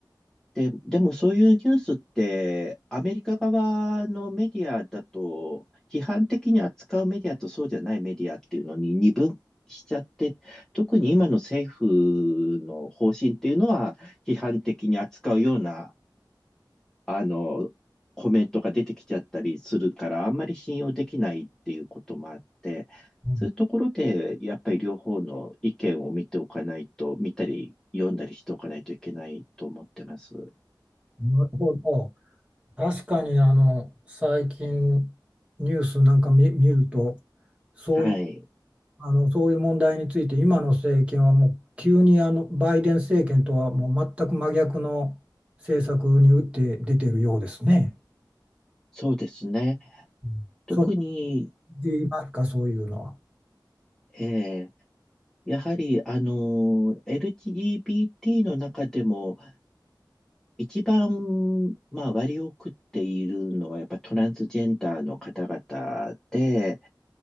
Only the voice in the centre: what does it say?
で、でもそういうニュースってアメリカ側のメディアだと批判的に扱うメディアとそうじゃないメディアっていうのに二分しちゃって、特に今の政府の方針っていうのは批判的に扱うようなあのコメントが出てきちゃったりするからあんまり信用できないっていうこともあって、
そういうところでやっぱり両方の意見を見ておかないと、見たり読んだりしておかないといけないと思ってます。
はい。
そうですね。
特に、
えーやはり、あのエルジー、LGBT の中でも、一番、まあ、割を食っているのは、やっぱトランスジェンダーの方々で、